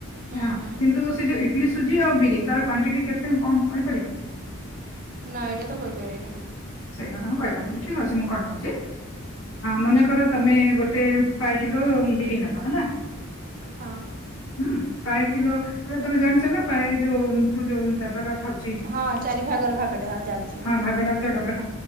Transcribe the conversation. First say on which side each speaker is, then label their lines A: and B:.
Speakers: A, on the right; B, on the left.
A: ହୁଁ
B: ହଁ
A: ହୁଁ
B: କିନ୍ତୁ ସେ ଯୋଉ ଇ ଇଟଲି ସୁଜି ଆଉ ବିରି ତାର କ୍ବାଣ୍ଟିଟି କେତେ କଣ କହିପାରିବ?
A: ନା ଏଇଟା ତ କହିପାରିବିନି।
B: ସେଇଟା ତମେ କହିପାରନି ଠିକ ଅଛି ମୁଁ କହିଦେଉଛି ମନେକର ତମେ ଗୋଟେ ପାଇ କିଲୋ ବିରି ନେବା ହେଲା।
A: ହଁ
B: ହୁଁ ପାଏ କିଲୋ ହେଲେ ତମେ ଜାଣିଛ ନାଏ ପାଏ ଯୋଉ ଯୋଉ ଡବାର ଥାଉ।
A: ହଁ ଚାରି ଭାଗର ଭାଗଟେ ହଁ ଜାଣିଛି।
B: ହଁ ଭାଗଟା ଯୋଉ ଡବାରେ